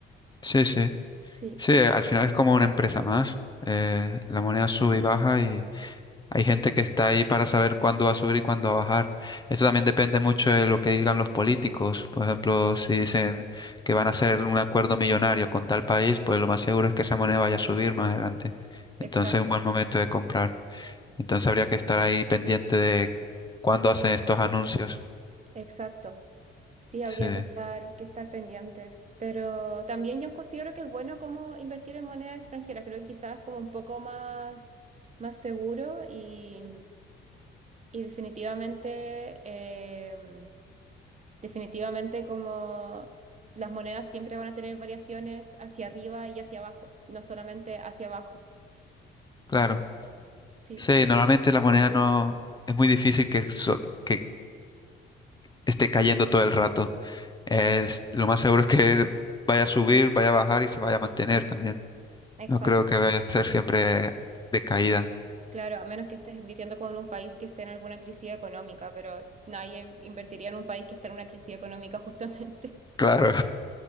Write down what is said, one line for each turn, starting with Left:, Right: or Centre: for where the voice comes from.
Left: sí, sí.
Right: Sí,
Left: Sí, al final es como una empresa más. Eh, la moneda sube y baja y Hay gente que está ahí para saber cuándo va a subir y cuándo va a bajar. Eso también depende mucho de lo que digan los políticos. Por ejemplo, si dicen que van a hacer un acuerdo millonario con tal país, pues lo más seguro es que esa moneda vaya a subir más adelante.
Right: exacto,
Left: Entonces es un buen momento de comprar. Entonces habría que estar ahí pendiente de cuándo hacen estos anuncios.
Right: exacto. Sí, habría
Left: Sí,
Right: que estar, que estar pendiente. Pero también yo considero que es bueno como invertir en monedas extranjeras. Creo que quizás es como un poco más, más seguro y, y definitivamente em, Definitivamente como las monedas siempre van a tener variaciones hacia arriba y hacia abajo, no solamente hacia abajo.
Left: claro.
Right: Sí,
Left: Sí, normalmente la moneda no es muy difícil que, so- que esté cayendo todo el rato. Es lo más seguro es que vaya a subir, vaya a bajar y se vaya a mantener también.
Right: exacto.
Left: No creo que vaya a ser siempre de caída.
Right: Claro, a menos que estés invirtiendo con un país que esté en alguna crisis económica, pero nadie invertiría en un país que está en una crisis económica <laughs> justamente.
Left: Claro,